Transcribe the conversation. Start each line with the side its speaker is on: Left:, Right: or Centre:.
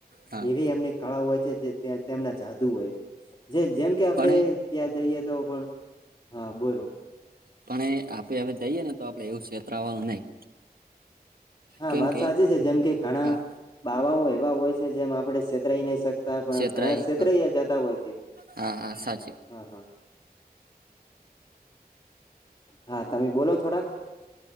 Right: હા
Left: એવી એમની કળા હોય છે જે તેમના જાદુ હોય છે જે જેમ કે આપડે
Right: પણ
Left: ત્યાં જઈએ તો પણ હા બોલો
Right: પણ એ આપે હવે જઈએ ને તો આપડે એવું છેતરાવાનું નહી.
Left: હા
Right: કેમ
Left: વાત
Right: કે
Left: સાચી છે જેમ કે ઘણા
Right: હા
Left: બાવાઓ એવા હોય છે જેમ આપણે છેતરાઈ નહી શક પણ
Right: છેતરાય
Left: ઘણા ક્ષેત્રે
Right: હા
Left: અયા જતા હોય છે
Right: હા હા સાચ.
Left: હા હા હા તમે બોલો થોડાક